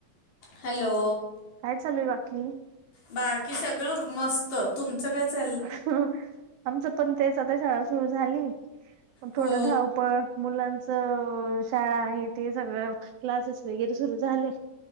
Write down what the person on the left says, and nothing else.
हॅलो
बाकी सगळं मस्त तुमचं काय चा
हो